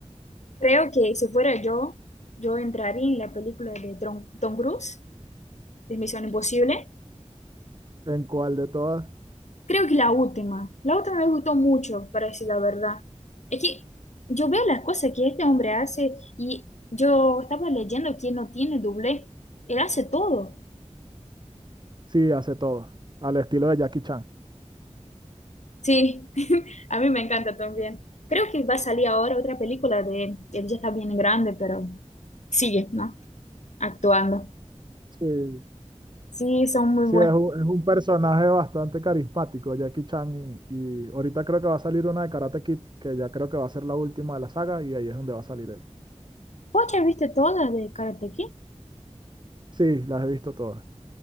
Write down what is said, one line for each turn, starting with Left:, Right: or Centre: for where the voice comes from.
Left: Creo que si fuera yo, yo entraría en la película de Tom, Tom Cruise, de Misión Imposible.
Right: ¿En cuál de todas?
Left: Creo que la última. La última me gustó mucho, para decir la verdad. Es que yo veo las cosas que este hombre hace y yo estaba leyendo que no tiene doblé. Él hace todo.
Right: Sí, hace todo. Al estilo de Jackie Chan.
Left: Sí, <laughs> a mí me encanta también. Creo que va a salir ahora otra película de él. Él ya está bien grande, pero sigue, ¿no? Actuando.
Right: Sí.
Left: Sí, son muy
Right: Sí,
Left: buenas.
Right: es un, es un personaje bastante carismático, Jackie Chan. Y, y ahorita creo que va a salir una de Karate Kid, que ya creo que va a ser la última de la saga, y ahí es donde va a salir él.
Left: ¿Vos ya viste todas de Karate Kid?
Right: Sí, las he visto todas.